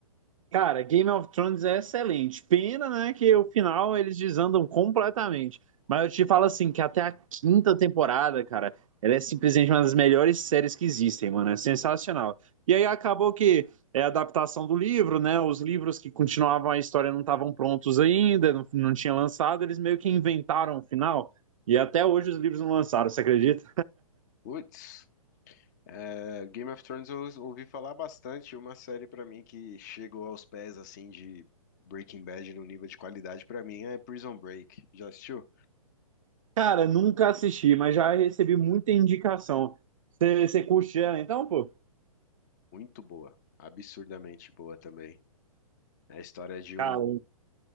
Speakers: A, on the right; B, on the left.
A: Cara, Game of Thrones é excelente. Pena, né, que o final eles desandam completamente. Mas eu te falo assim, que até a quinta temporada, cara, ela é simplesmente uma das melhores séries que existem, mano. É sensacional. E aí acabou que é a adaptação do livro, né? Os livros que continuavam a história não estavam prontos ainda, não, não tinha lançado, eles meio que inventaram o final. E até hoje os livros não lançaram, você acredita?
B: Putz, é, Game of Thrones eu ouvi falar bastante, uma série pra mim que chegou aos pés assim de Breaking Bad no nível de qualidade pra mim é Prison Break. Já assistiu?
A: Cara, nunca assisti, mas já recebi muita indicação. Você você curte ela então, pô?
B: Muito boa, absurdamente boa também. É a história de
A: Cara,
B: um